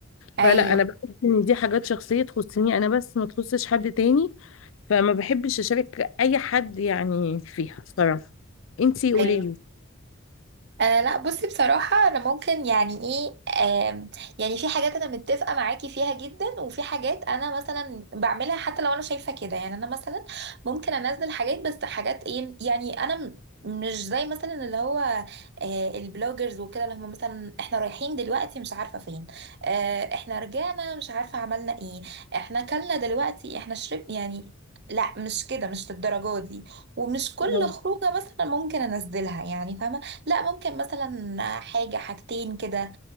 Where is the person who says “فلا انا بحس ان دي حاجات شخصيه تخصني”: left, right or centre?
Left